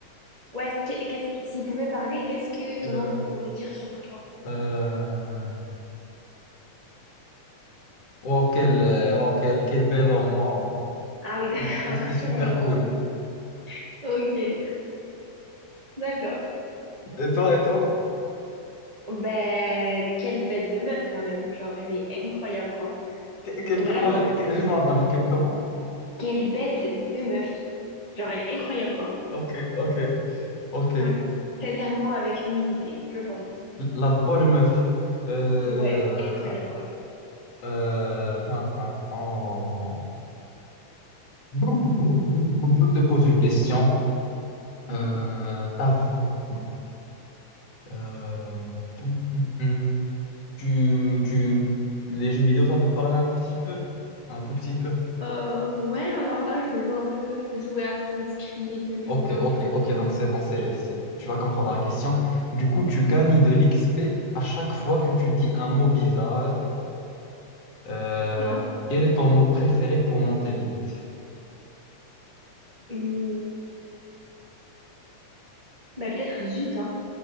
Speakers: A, on the right; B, on the left.
A: ouais, ce que- qu'est-ce que- s'il pouvait parler, qu'est-ce que ton
B: Euh,
A: ombre pourrait dire sur toi?
B: euh, wow, quel, euh, wow, quel, quel bel homme, wow.
A: Ah oui, <laughs> d'accord.
B: C'était c'était super
A: Ouais, ouais,
B: cool.
A: ouais. Ok, d'accord.
B: Et toi, et toi?
A: Ben, quelle bête de meuf quand même, genre elle est incroyable quoi.
B: Que- Quel,
A: Vraiment.
B: comment j'ai que- j'ai pas entendu quel comment?
A: Quelle bête de meuf. Genre, elle est incroyable, quoi.
B: Ok, ok, ok.
A: Ouais. Sincèrement, avec humilité, je pense.
B: La bonne meuf. Euh,
A: Ouais, incroyable, quoi.
B: euh, <coughs> hein, hein, oh. Brou, brou, brou, brou. Je te pose une question.
A: Mhm.
B: Euh, ta non. Euh, hum, hum, hum. Tu, tu, les jeux vidéo, ça te parle un petit peu, un tout petit peu.
A: Euh, ouais, alors là, je joue un peu, je jouais Assassin's Creed, je jouais
B: Ok,
A: un
B: ok,
A: peu...
B: ok. Donc c'est bon, c'est,
A: Ok.
B: c'est, tu vas comprendre la question. Du coup, tu gagnes de l'XP à chaque fois que tu dis un mot bizarre. Euh,
A: Ouais.
B: quel est ton mot préféré pour monter vite?
A: Hum, Bah, peut-être Zut, hein.